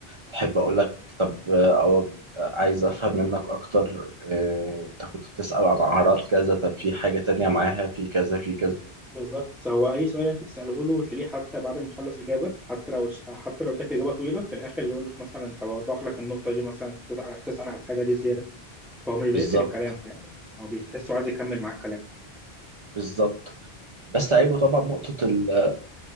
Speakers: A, on the right; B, in the centre.
A: تحب اقول لك طب آه، أو آه، عايز افهم منك اكتر آه، انت كنت بتسال عن اعراض كذا طب في حاجه تانية معاها في كذا في كذا
B: بالظبط هو اي سؤال انت تساله له تلاقيه حتى بعد ما يخلص اجابه حتى لو حتى لو اداك اجابه طويله في الاخر يقول لك مثلا طب اوضح لك النقطه دي مثلا تسال تسال على الحاجه دي زياده فهو مش بيقفل
A: بالظبط
B: الكلام فاهم او بتحسه عايز يكمل معاك كلام
A: بالظبط بس عيبه طبعا نقطة ال-